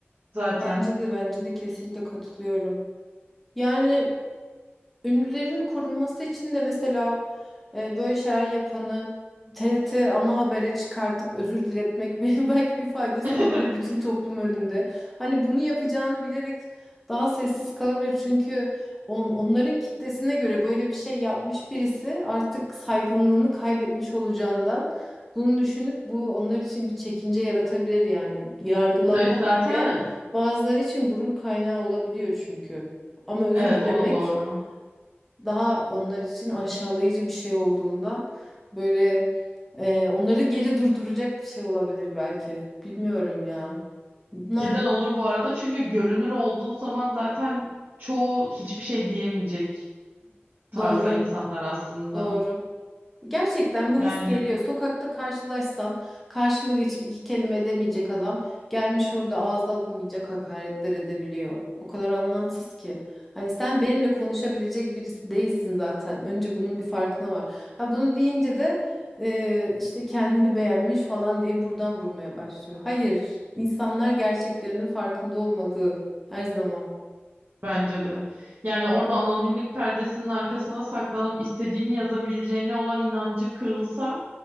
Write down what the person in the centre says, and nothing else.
Bence de bence de kesinlikle katılıyorum. Yani Ünlülerin korunması için de mesela e, böyle şeyler yapanı TRT ana habere çıkartıp özür diletmek <laughs> bir- belki bir faydası
olabilir bütün toplum önünde. Hani bunu yapacağını bilerek daha sessiz kalabilir. Çünkü on, onların kitlesine göre böyle bir şey yapmış birisi artık saygınlığını kaybetmiş olacağından bunu düşünüp bu onlar için bir çekince yaratabilir yani. Yargılanmak
bile bazıları için gurur kaynağı olabiliyor çünkü. Ama özür
dilemek
daha onlar için aşağılayıcı bir şey olduğundan böyle e, onları geri durduracak bir şey olabilir belki. Bilmiyorum ya. Bunlar
doğru,
doğru. Gerçekten bu
his geliyor. Sokakta karşılaşsam karşıma geçip iki kelime edemeyecek adam gelmiş orada ağza alınmayacak hakaretler edebiliyor. O kadar anlamsız ki. Hani sen benimle konuşabilecek birisi değilsin zaten. Önce bunun bir farkına var. Ha bunu deyince de e, işte kendini beğenmiş falan diye buradan vurmaya başlıyor. Hayır, insanlar gerçeklerinin farkında olmalı her zaman.